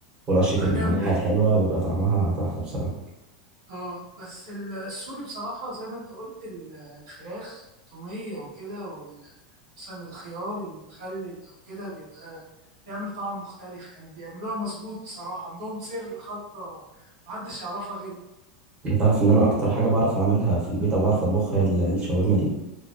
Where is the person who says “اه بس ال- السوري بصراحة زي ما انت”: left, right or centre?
Right